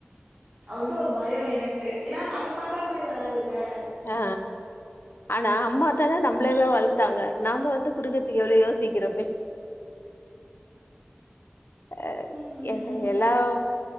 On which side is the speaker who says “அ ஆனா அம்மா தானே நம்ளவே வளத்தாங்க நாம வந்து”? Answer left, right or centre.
Left